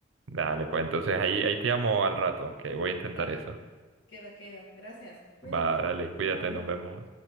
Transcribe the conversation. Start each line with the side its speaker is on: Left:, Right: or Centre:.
Right: Dale, pues entonces ahí, ahí te llamo al rato, que voy a intentar
Left: Vale,
Right: eso.
Left: queda, queda. Gracias. Cuídate.
Right: Va, dale, cuídate,
Left: Bye.
Right: nos vemos.